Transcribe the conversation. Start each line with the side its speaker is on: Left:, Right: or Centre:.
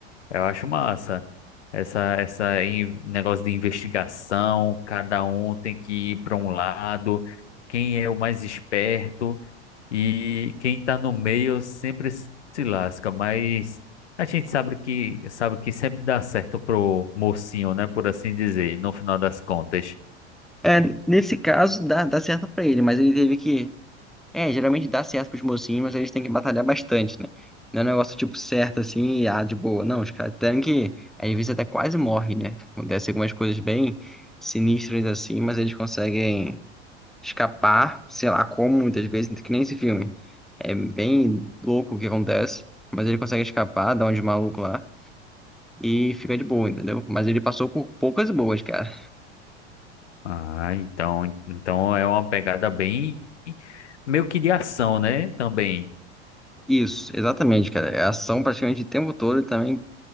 Left: Eu acho massa. Essa, essa em- negócio de investigação, cada um tem que ir para um lado, quem é o mais esperto e quem está no meio sempre se lasca, mas a gente sabe que sabe que sempre dá certo pro mocinho, né, por assim dizer, no final das contas.
Centre: É, nesse caso dá, dá certo pra ele, mas ele teve que É, geralmente dá certo pros mocinhos, mas eles têm que batalhar bastante, né? Não é um negócio tipo certo assim, e, ah, de boa. Não, os caras têm que. Às vezes até quase morre, né? Acontece algumas coisas bem sinistras assim, mas eles conseguem escapar, sei lá como, muitas vezes, que nem esse filme. É bem louco o que acontece, mas ele consegue escapar, dá um de maluco lá e fica de boa, entendeu? Mas ele passou por poucas boas, cara.
Left: Ah, então, então é uma pegada bem meio que de ação, né, também.
Centre: Isso, exatamente, cara. É ação praticamente o tempo todo e também